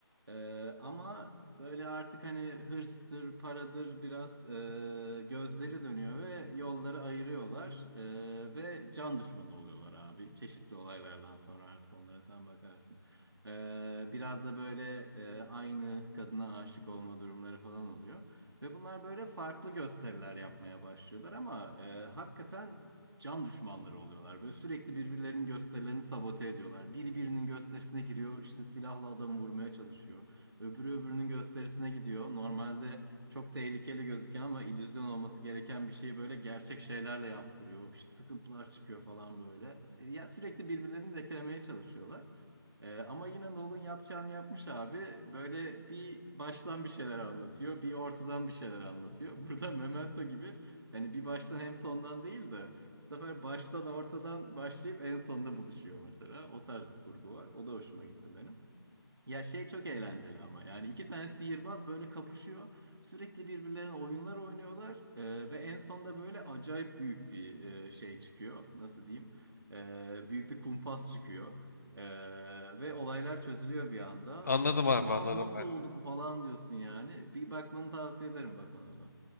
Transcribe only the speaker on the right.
Ee, ama böyle artık hani hırstır paradır biraz e, gözleri dönüyor ve yolları ayırıyorlar E, ve can düşmanı oluyorlar abi çeşitli olaylardan sonra artık onlara sen bakarsın. Ee, biraz da böyle e, aynı kadına aşık olma durumları falan oluyor. Ve bunlar böyle farklı gösteriler yapmaya başlıyorlar ama e, hakikaten can düşmanları oluyorlar. Böyle sürekli birbirlerinin gösterilerini sabote ediyorlar. Biri birinin gösterisine giriyor, işte silahla adamı vurmaya çalışıyor. Öbürü öbürünün gösterisine gidiyor. Normalde çok tehlikeli gözüküyor ama illüzyon olması gereken bir şeyi böyle gerçek şeylerle yaptırıyor. İşte sıkıntılar çıkıyor falan böyle. E, Ya sürekli birbirlerini reklameye çalışıyorlar. Ee, ama yine Nolan yapacağını yapmış abi. Böyle bir baştan bir şeyler anlatıyor, bir ortadan bir şeyler anlatıyor. <laughs> Burada Memento gibi hani bir baştan hem sondan değil de bu sefer baştan ortadan başlayıp en sonda buluşuyor mesela. O tarz bir kurgu var. O da hoşuma gitti benim. Ya şey çok eğlenceli ama yani iki tane sihirbaz böyle kapışıyor. Sürekli birbirlerine oyunlar oynuyorlar Ee, ve en sonda böyle acayip büyük bir e, şey çıkıyor. Nasıl diyeyim? Ee, büyük bir kumpas çıkıyor. Ee, ve olaylar çözülüyor bir anda.
Aa
nasıl
oldu bu falan diyorsun yani. Bir bakmanı tavsiye ederim bak ona da.